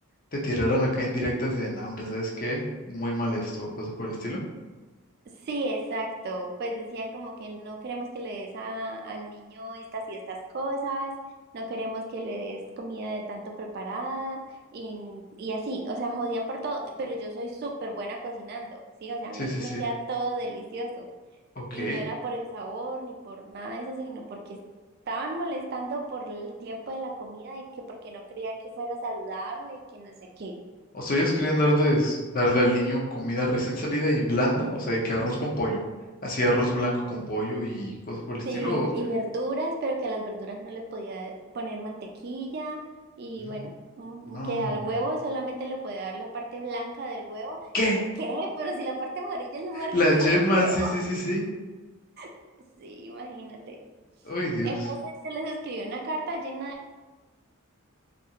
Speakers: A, on the left; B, on the right.
A: te tiraran acá indirectas de hambre, ¿sabes qué? Muy mal esto, o cosas por el estilo.
B: Sí, exacto. Pues decían como que no queremos que le des a- al niño estas y estas cosas, no queremos que le des comida de tanto preparada y, y así, o sea, jodían por todo, pero yo soy súper buena cocinando, sí, o sea, a
A: Sí,
B: mí
A: sí,
B: me
A: sí.
B: queda todo delicioso
A: Ok.
B: y no era por el sabor ni por nada de eso, sino porque estaban molestando por el tiempo de la comida y que porque no creían que fuera saludable y que no sé qué.
A: O sea, ellos querían darles, darle al niño comida recién salida y blanda, o sea, de que arroz con pollo. Así arroz blanco con pollo y cosas por el estilo.
B: Sí,
A: o-
B: y verduras, pero que a las verduras no le podía poner mantequilla y
A: Mm,
B: bueno, mm,
A: No,
B: que al
A: hombre.
B: huevo solamente le podía dar la parte blanca del huevo
A: ¿Qué?
B: y yo, ¿qué? Pero si la parte amarilla es lo más
A: La
B: rico
A: yema,
B: del huevo.
A: sí, sí, sí, sí.
B: <laughs> Sí, imagínate.
A: Ay, Dios.
B: Entonces yo les escribí una carta llena